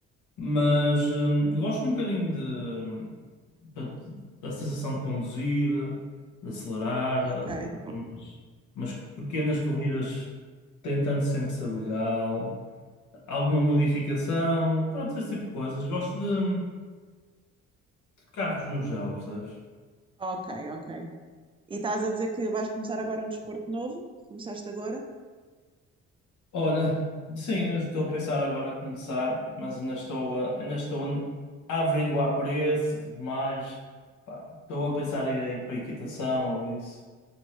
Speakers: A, on the left; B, on the right.
A: Mas hum, gosto um bocadinho de, portanto, da sensação de conduzir, de acelerar,
B: Ok.
A: portanto, umas, umas pequenas corridas tentando sempre ser legal, alguma modificação, pronto, esse tipo de coisas. Gosto de, de carros no geral, percebes?
B: Ok, ok. E estás a dizer que vais começar agora um desporto novo? Começaste agora?
A: Olha, sim, eu estou a pensar agora a começar, mas ainda estou a, ainda estou a averiguar preço e tudo mais. Pá, estou a pensar em ir para a equitação ou isso.